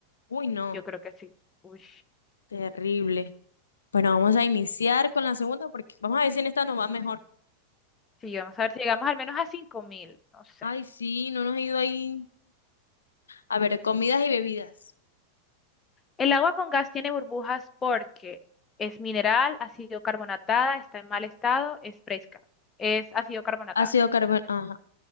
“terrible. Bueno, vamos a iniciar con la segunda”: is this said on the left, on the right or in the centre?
Left